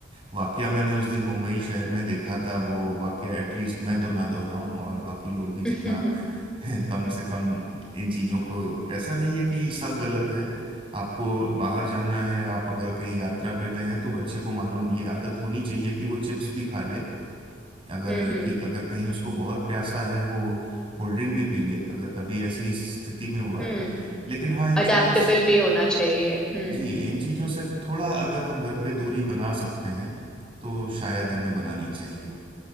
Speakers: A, on the right; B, in the centre.
A: वाकया मैंने उस दिन मुंबई शहर में देखा था वो वाकया एटलीस्ट मैं तो ना दोहराऊं और बाकी लोग भी जितना
B: <laughs> हम्म
A: <laughs> कम से कम इन चीज़ों को ऐसा नहीं है कि सब गलत है आपको बाहर जाना है आप अगर कहीं यात्रा पे गए हैं तो बच्चे को मालूम ये आदत होनी चाहिए कि वो चिप्स भी खा ले अगर
B: हम्म
A: कि अगर कहीं उसको बहुत प्यासा है वो कोल्ड ड्रिंक भी पी ले अगर कभी ऐसी स्थिति में हुआ
B: हम्म
A: है लेकिन हाँ इन चीजों
B: अडेप्टेबल
A: स-
B: भी होना चाहिए हम्म
A: जी इन चीजों से थोड़ा अगर हम घर पे दूरी बना सकते हैं तो शायद हमें बनानी चाहिए